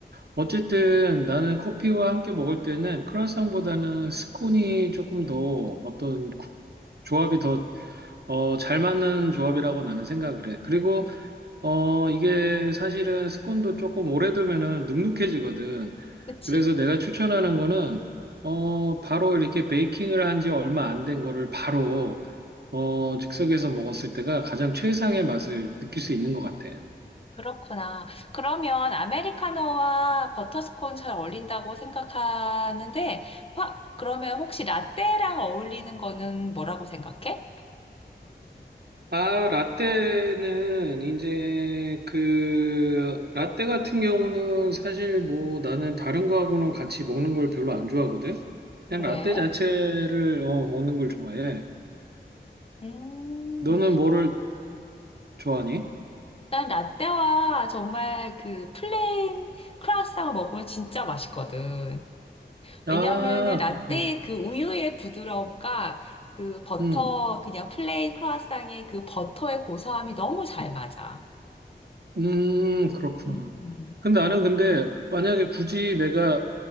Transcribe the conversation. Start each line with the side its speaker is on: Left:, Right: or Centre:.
Right: 어쨌든
Left: 음.
Right: 나는 커피와 함께 먹을 때는 크루아상보다는 스콘이 조금 더 어떤 구- 조합이 더, 어, 잘 맞는 조합이라고 나는 생각을 해. 그리고 어, 이게 사실은 스콘도 조금 오래 두면은 눅눅해지거든.
Left: 그치?
Right: 그래서 내가 추천하는 거는, 어, 바로 이렇게 베이킹을 한 지 얼마 안 된 거를 바로, 어, 즉석에서 먹었을 때가 가장 최상의 맛을 느낄 수 있는 것 같아.
Left: 그렇구나. 그러면 아메리카노와 버터스콘 잘 어울린다고 생각하는데, 화, 그러면 혹시 라떼랑 어울리는 거는 뭐라고 생각해?
Right: 아, 라떼는 이제 그 라떼 같은 경우는 사실 뭐 나는 다른 거하고는 같이 먹는 걸 별로 안 좋아하거든. 그냥
Left: 그래?
Right: 라떼 자체를 어, 먹는 걸 좋아해.
Left: 음,
Right: 너는 뭐를 좋아하니?
Left: 난 라떼와 정말 그 플레인 크루아상을 먹으면 진짜 맛있거든.
Right: 아,
Left: 왜냐하면은 라떼의
Right: 그렇구나.
Left: 그 우유의 부드러움과 그 버터,
Right: 음,
Left: 그냥 플레인 크루아상의 그 버터의 고소함이 너무 잘 맞아.
Right: 음, 그렇구나.
Left: 음.
Right: 근데 나는 근데 만약에 굳이 내가